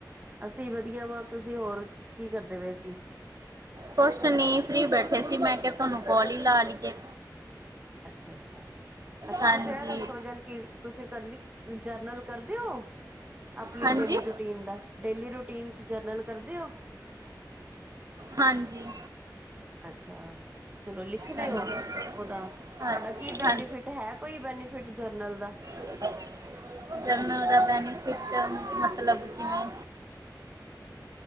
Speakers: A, on the right (about 25°); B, on the right (about 55°).
A: ਅਸੀਂ ਵਧੀਆ ਵਾ ਤੁਸੀਂ ਹੋਰ ਕੀ ਕਰਦੇ ਪਏ ਸੀ?
B: ਕੁਛ ਨੀ, ਫਰੀ ਬੈਠੇ ਸੀ, ਮੈਂ ਕਿਹਾ ਤੁਹਾਨੂੰ ਕੋਲ ਹੀ ਲਾ ਲਈਏ।
A: ਅੱਛਾ ਅੱਛਾ ਅੱਛਾ
B: ਹਾਂਜੀ
A: ਤੁਸੀਂ ਇਹ ਦੱਸੋ ਯਾਨੀ ਕਿ ਤੁਸੀਂ ਕਰ ਲਈ ਜਰਨਲ ਕਰ। ਦਿਓ। ਆਪਣੀ
B: ਹਾਂਜੀ
A: ਡੇਲੀ ਰੂਟੀਨ ਦਾ ਡੇਲੀ ਰੂਟੀਨ 'ਚ ਜਰਨਲ ਕਰਦੇ ਹੋ।
B: ਹਾਂਜੀ।
A: ਅੱਛਾ। ਚਲੋ ਲਿਖਦੇ
B: ਹਾਂਜੀ
A: ਹੋ ਉਹਦਾ
B: ਹਾਂ
A: ਸਾਡਾ ਕੀ ਬੈਨੀਫਿਟ
B: ਹਾਂ
A: ਹੈ ਕੋਈ ਬੈਨੀਫਿਟ ਜਰਨਲ ਦਾ।
B: <unintelligible> ਦਾ ਬੈਨਫਿਸਟ ਮਤਲਬ ਕਿਵੇਂ?